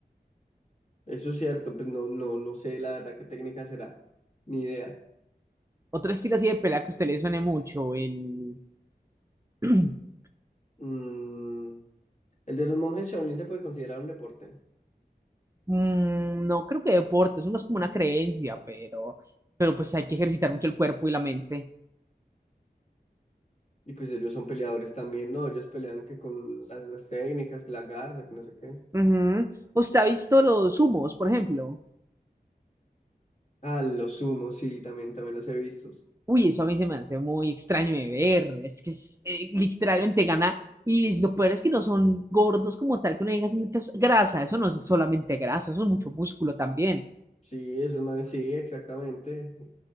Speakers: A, on the left; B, on the right.
A: Eso es cierto, pues no, no, no sé la verdad qué técnica será, ni idea.
B: Otro estilo así de pelea que a usted le suene mucho, el... <clears throat>
A: Mm, el de los monjes Shaolin se puede considerar un deporte.
B: Mm, no creo que deporte, eso no es como una creencia, pero... Pero pues hay que ejercitar mucho el cuerpo y la mente.
A: Y pues ellos son peleadores también, ¿no? Ellos pelean que con las, las técnicas, que la garza, que no sé qué.
B: Ujú. ¿Usted ha visto los humos, por ejemplo?
A: Ah, los sumos, sí, también, también los he visto.
B: Uy, eso a mí se me hace muy extraño de ver. Es que es, eh, literalmente gana. Y lo peor es que no son gordos como tal, que uno diga "Sí, es grasa. Eso no es solamente grasa, eso es mucho músculo también.
A: Sí, esos manes, sí, exactamente.